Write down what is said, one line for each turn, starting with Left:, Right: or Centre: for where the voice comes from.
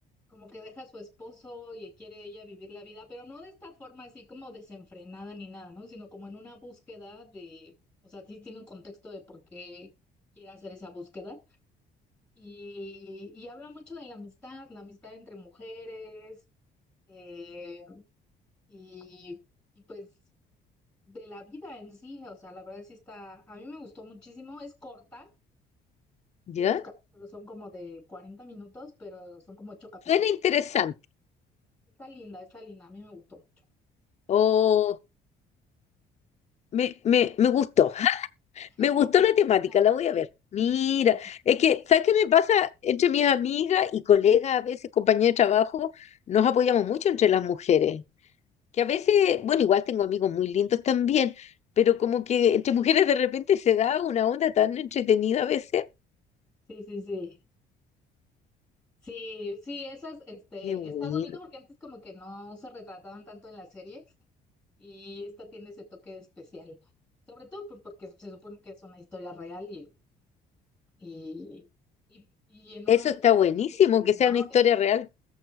Centre: como que deja a su esposo y quiere ella vivir la vida, pero no de esta forma así como desenfrenada ni nada, ¿no? Sino como en una búsqueda de, o sea, sí tiene un contexto de por qué quiere hacer esa búsqueda. Y, y habla mucho de la amistad, la amistad entre mujeres, eh, y, y pues de la vida en sí, o sea, la verdad sí está, a mí me gustó muchísimo, es corta,
Left: ¿Ya?
Centre: sí, los capítulos son como de 40 minutos, pero son como ocho capítulos.
Left: Suena interesante.
Centre: Está linda, está linda, a mí me gustó. mucho.
Left: O me, me, me gustó.
Centre: <laughs>
Left: Me gustó la temática,
Centre: La-
Left: la voy a ver. Mira,
Centre: la-
Left: es que, ¿sabes qué me pasa? Entre mis amigas y colegas, a veces compañeras de trabajo, nos apoyamos mucho entre las mujeres, que a veces, bueno, igual tengo amigos muy lindos también, pero como que entre mujeres de repente se da una onda tan entretenida a veces.
Centre: Sí, sí, sí. Sí, sí, esas, este,
Left: Qué bueno.
Centre: está bonito porque antes como que no se retrataban tanto en las series y esta tiene ese toque especial. Sobre todo pues porque se supone que es una historia real y, y, y, y en un
Left: Eso
Centre: momento
Left: está
Centre: tan
Left: buenísimo,
Centre: difícil,
Left: que sea
Centre: ¿no?
Left: una historia real.